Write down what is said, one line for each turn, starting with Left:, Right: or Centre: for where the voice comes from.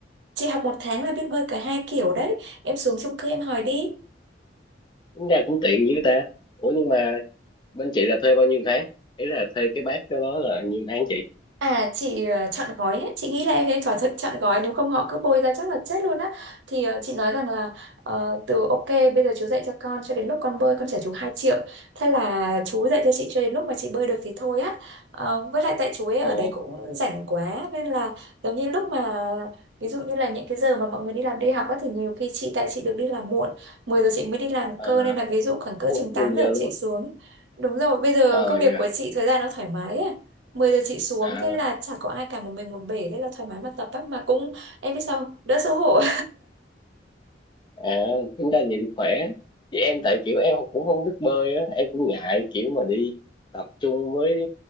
Right: chị học một tháng là biết bơi cả hai kiểu đấy em xuống chung cư em hỏi đi
Left: tính ra cũng tiện dữ ta ủa nhưng mà bên chị là thuê bao nhiêu tháng ý là thuê cái bác đó là nhiêu tháng chị
Right: À chị ờ, chọn gói ấy. Chị nghĩ là em nên thỏa thuận chọn gói nếu không họ cứ bôi ra chắc là chết luôn á thì ờ, chị nói rằng là ờ, từ ok bây giờ chú dạy cho con cho đến lúc con bơi con trả chú hai triệu thế là chú dạy cho chị cho đến lúc mà chị bơi được thì thôi á Ờ, với lại tại chú ấy ở
Left: ồ
Right: đấy cũng rảnh quá nên là giống như lúc mà ví dụ như là những cái giờ mà mọi người đi làm đi học á thì nhiều khi chị tại chị được đi làm muộn 10 giờ chị mới đi làm
Left: à
Right: cơ nên là ví dụ khoảng cỡ
Left: Ôi,
Right: chừng 8
Left: 10
Right: giờ
Left: giờ luôn
Right: chị
Left: rồi.
Right: xuống đúng rồi bây giờ
Left: Ờ
Right: công việc
Left: dạ.
Right: của chị thời gian nó thoải mái á 10 giờ chị xuống
Left: À,
Right: thế là chả có ai cả một mình một bể thế là thoải mái mà tập á mà cũng em biết sao không? đỡ xấu hổ
Left: à, tính ra vậy thì khỏe. Chứ em tại kiểu em cũng không biết bơi á, em cũng ngại kiểu mà đi tập trung với